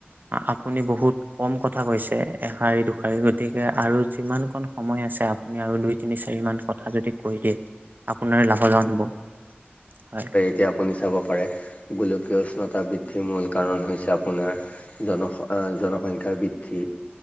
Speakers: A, on the right; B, on the left.
A: আপোনি বহুত। কম কথা কৈছে এশাৰি দুশাৰী গতিকে আৰু যিমান কণ সময় আছে। আপোনি আৰু দুই তিনি চাৰি মান কথা যদি কৈ দিয়ে। আপোনাৰ লাভৱান হ'ব। হয়।
B: তেতিয়া আপুনি চাব পাৰে গোলকীয় উষ্ণতা বৃদ্ধিৰ মূল কাৰণ হৈছে আপ আপোনাৰ জনস জনসংখ্যা বৃদ্ধি।